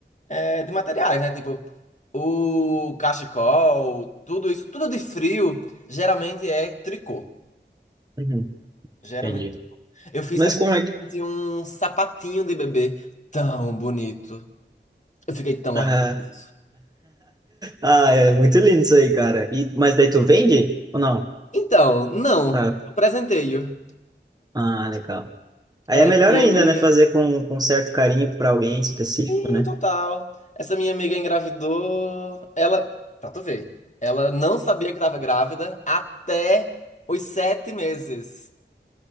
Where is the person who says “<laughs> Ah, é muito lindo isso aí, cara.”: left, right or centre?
Right